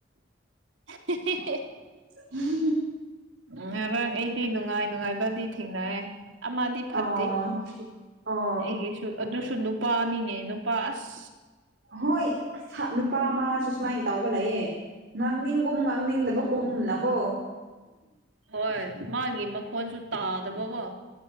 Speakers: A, on the right; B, on the right.
A: ꯍꯦꯍꯤ
B: <unintelligible>
A: ꯎꯝ ꯉꯔꯥꯡ ꯑꯩꯗꯤ ꯅꯨꯡꯉꯥꯏ ꯅꯨꯡꯉꯥꯏꯕꯗꯤ ꯊꯦꯡꯅꯑꯦ ꯑꯃꯗꯤ ꯐꯠꯇꯦ
B: ꯑꯣ ꯑꯣ
A: ꯑꯩꯒꯤꯁꯨ ꯑꯗꯨꯁꯨ ꯅꯨꯄꯥ ꯑꯅꯤꯅꯦ ꯅꯨꯄꯥ ꯑꯁ
B: ꯍꯣꯏ ꯑꯁ ꯅꯨꯄꯥ ꯃꯥꯁꯨ ꯁꯨꯃꯥꯏꯅ ꯇꯧꯕ ꯂꯩꯌꯦ ꯉꯥꯡꯅꯤꯡꯒꯨꯝ ꯉꯥꯡꯅꯤꯡꯗꯕ
A: ꯎꯝ
B: ꯀꯨꯝꯅꯀꯣ
A: ꯍꯣꯏ ꯃꯥꯒꯤ ꯃꯈꯣꯟꯁꯨ ꯇꯥꯗꯕꯀꯣ